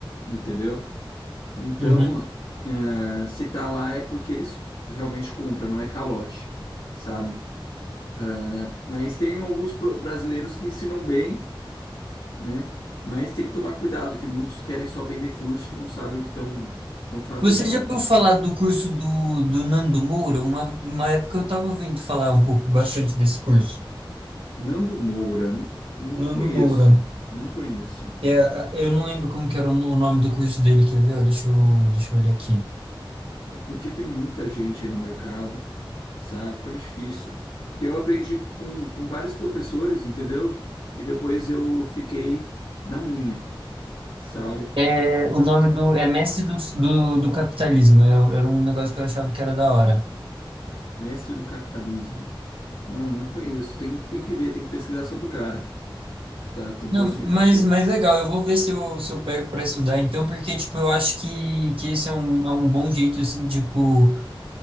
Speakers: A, on the left; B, on the right.
A: entendeu? Então,
B: Uhum.
A: é, se tá lá é porque eles realmente compram, não é calote, sabe? É, Mas tem alguns pro- brasileiros que ensinam bem né? Mas tem que tomar cuidado, que muitos querem só vender curso e não sabem o que estão estão fazendo
B: Você já
A: ali.
B: ouviu falar do curso do, do Nando Moura? Uma, uma época eu estava ouvindo falar um pouco, bastante desse curso.
A: Nando Moura, n- não
B: Nando
A: conheço,
B: Moura.
A: não conheço.
B: É, a- eu não lembro como que era o no- o nome do curso dele, quer ver? Ó, Deixa eu, deixa eu olhar aqui.
A: É porque tem muita gente aí no mercado, sabe? Fica difícil. Eu aprendi com, com vários professores, entendeu? E depois eu fiquei na minha, sabe?
B: É, o nome do... É Mestre do, do, do Capitalismo. Era, era um negócio que eu achava que era da hora.
A: Mestre do capitalismo. Mano, não conheço. Tem, tem que ver, tem que pesquisar sobre o cara, tá? Tem que
B: Não,
A: ver os feedback.
B: mas, mas legal, eu vou ver se eu, se eu pego para estudar então, porque, tipo, eu acho que, que esse é um, é um bom jeito, assim, tipo,